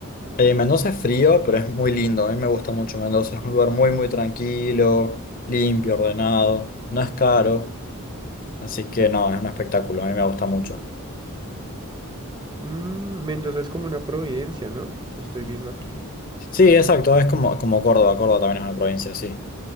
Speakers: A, on the left (about 40°); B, on the right (about 20°).
A: Eh, Mendoza es frío, pero es muy lindo, a mí me gusta mucho Mendoza, es un lugar muy, muy tranquilo, limpio, ordenado, no es caro, así que no, es un espectáculo, a mí me gusta mucho.
B: Mm, Mendoza es como una providencia, ¿no? Estoy viendo aquí,
A: Sí, exacto, es como, como Córdoba, Córdoba también es una provincia, sí,